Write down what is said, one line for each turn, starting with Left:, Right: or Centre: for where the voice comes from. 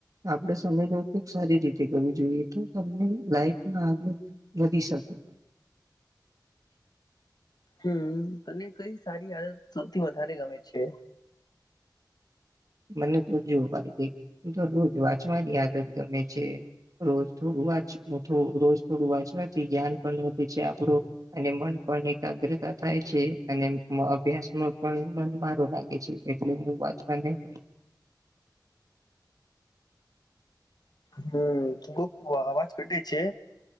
Right: આપડે સમયનો ઉપયોગ સારી રીતે કરવો જોઈએ તો, તમને લાઈફમાં આ. વધી શકું.
Left: હમ તને કઈ સારી આદત સૌથી વધારે ગમે છે.
Right: મને તો જોવું ભાઈ તો રોજ વાંચવાની આ ત તમે છે. રોજ થોડું વાચું રોજ થોડું વાંચવાથી જ્ઞાન પણ વધે છે આપડુ. અને મન પણ એકાગ્રતા થાય છે. અને અભ્યાસ ન પણ મન મારું લાગે છે. હુંચ. <inaudible>
Left: હમ કુક અવાજ ઘટે છે.